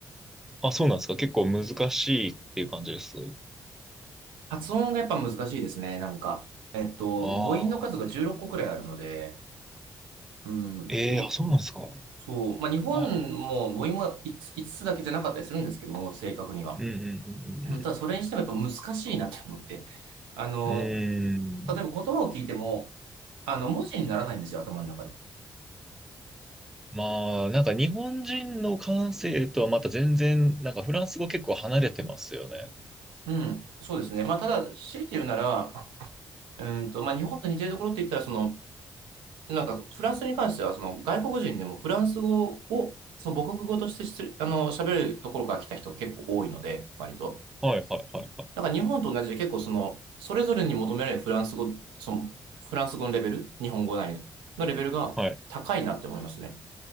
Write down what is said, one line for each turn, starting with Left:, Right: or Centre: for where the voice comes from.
Centre: あ、あ、そうなんですか。結構難しいっていう感じです。
Right: 発音がやっぱ難しいですね、なんか。えっと、
Centre: ああ、
Right: 母音の数が16個くらいあるので、うん、
Centre: ええーあ、
Right: に、
Centre: そうなんですか。あ
Right: そう、まあ、日本も母音も
Centre: あ、
Right: 5, ついつつだけじゃなかったりするんですけども、正確には。
Centre: うんう
Right: ただ、
Centre: ん
Right: それにしてもやっぱ難しいなって思って。あの、
Centre: うんうん。うん。うーん
Right: 例えば言葉を聞いても、あの、文字にならないんですよ、頭の中で。
Centre: まあ、なんか日本人の感性とはまた全然、なんかフランス語結構離れてますよね。
Right: うん、そうですね。まあ、ただ、強いて言うなら、うんと、まあ、日本と似てるところって言ったら、その、なんか、フランスに関しては、その、外国人でもフランス語を、その母国語としてしつあの、喋るところから来た人が結構多いので、割と。
Centre: はいはいはいはい。
Right: だから日本と同じで結構その、それぞれに求められるフランス語、その、フランス語のレベル、日本語なりのレベルが高いなって思いますね。
Centre: はい。